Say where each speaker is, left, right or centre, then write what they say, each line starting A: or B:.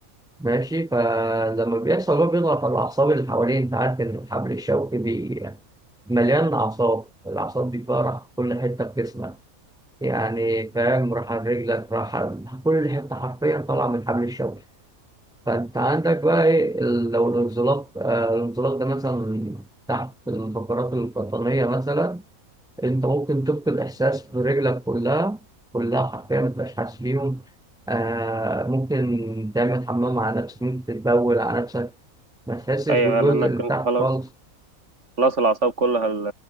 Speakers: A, in the centre; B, on the right.
A: ماشي فلما بيحصل هو بيضغط على الأعصاب اللي حواليه أنت عارف إن الحبل الشوكي بي- مليان أعصاب الأعصاب دي بقى راح في كل حتة في جسمك يعني فاهم راح على رجلك راح على- كل حتة حرفيا طالعة من الحبل الشوكي فانت عندك بقى ايه ال- لو الانزلاق آه، الانزلاق ده مثلا تحت الفقرات القطنية مثلا انت ممكن تفقد احساس برجلك كلها كلها حرفيا ما تبقاش حاسس بيهم آه ممكن تعمل حمام على نفسك ممكن تتبول على نفسك ما تحسش
B: ايوه
A: بالجزء
B: لانك
A: اللي
B: انت
A: تحت
B: خلاص
A: خالص
B: خلاص الاعصاب كلها ال-